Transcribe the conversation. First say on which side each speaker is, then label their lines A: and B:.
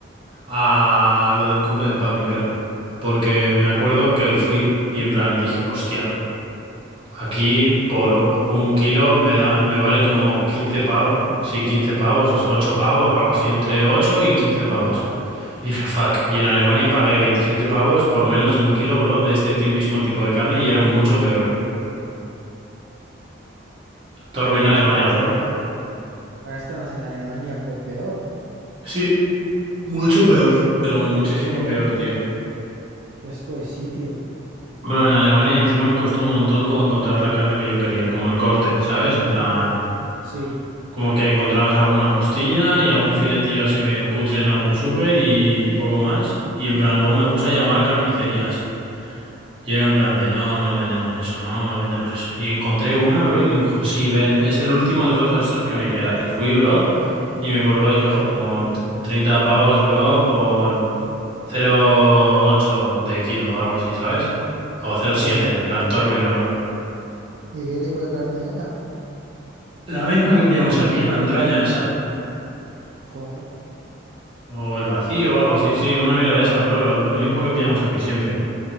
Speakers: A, on the right; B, on the right.
A: a lo del cumple del papi, creo. Porque me acuerdo que lo fui y en plan dije, hostia. Aquí por un kilo me da, me vale como 15 pavos, sí, 15 pavos, o 8 pavos, algo así, entre ocho y quince pavos.
B: Ya.
A: Y dije, fuck, y en Alemania pagué 27 pavos por menos de un kilo, bro, de este ti- mismo tipo de carne y era mucho peor. Te
B: Entonces,
A: arruina Alemania,
B: pagaste
A: bro.
B: más, pagaste más en Alemania por peor.
A: Sí, mucho
B: Qué
A: peor.
B: asco,
A: Pero muchísimo
B: qué,
A: peor, tío.
B: qué asco de sitio.
A: Bro, en Alemania encima me costó un montón como encontrar la carne que yo quería, como el corte, ¿sabes? En plan...
B: Sí,
A: Como que encontrabas alguna costilla y algún filetillo así medio cutre en algún súper y poco más. Y en plan, luego me puse a llamar carnicerías. Y era en plan de, no, no vendemos eso, no, no vendemos eso. Y encontré una, bro, y me dijo, sí, ven, es el último trozo de estos que me queda. Y fui, bro, y me cobró eso,
B: sí,
A: como 30 pavos, bro, por cero coma ocho de kilo o algo así, ¿sabes? O cero
B: joder.
A: coma siete en plan, todo ruina, bro.
B: ¿Y qué tipo de carne era?
A: La misma que pillamos aquí, la entraña esa.
B: Joder.
A: O el vacío o algo así, sí, una mierda de esas, bro. Lo, lo mismo que pillamos aquí siempre.